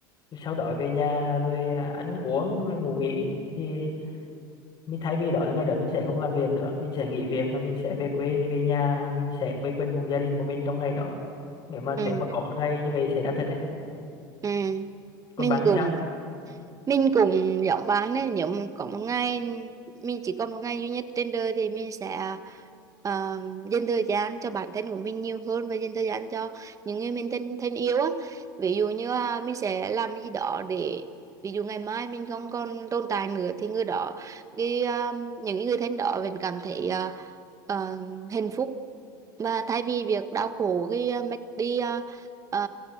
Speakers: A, on the left; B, on the right.
A: sau đó về nhà rồi à, ăn uống rồi ngủ nghỉ thì mình thay vì đó là ngày đó mình sẽ không làm việc nữa mình sẽ nghỉ việc và mình sẽ về quê về nhà mình sẽ quây quần cùng gia đình của mình trong ngày đó nếu mà nếu
B: Ừ.
A: mà có một ngày như vậy xảy ra thật đấy
B: Ừ.
A: còn
B: Mình
A: bạn thì
B: cũng
A: sao
B: mình cũng giống bạn đấy nếu mà có một ngày mình chỉ có một ngày duy nhất trên đời thì mình sẽ ờ, dành thời gian cho bản thân của mình nhiều hơn và dành thời gian cho những người mình thân thân yêu á ví dụ như à, mình sẽ làm cái gì đó để ví dụ ngày mai mình không còn tồn tại nữa thì người đó cái à, những cái người thân đó mình cảm thấy à, ờ, hạnh phúc mà thay vì việc đau khổ khi à, mất đi à, ờ,